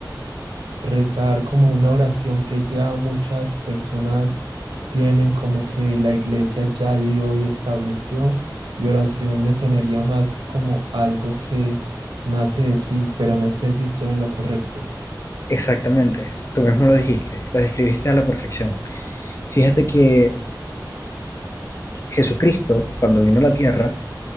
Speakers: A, on the right; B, on the left.
A: rezar, como una oración que ya muchas personas tienen, como que la iglesia ya dio y estableció, y oración me sonaría más como algo que nace de ti, pero no sé si estoy en lo correcto.
B: Exactamente. Tú mismo lo dijiste, lo describiste a la perfección. Fíjate que Jesucristo, cuando vino a la tierra,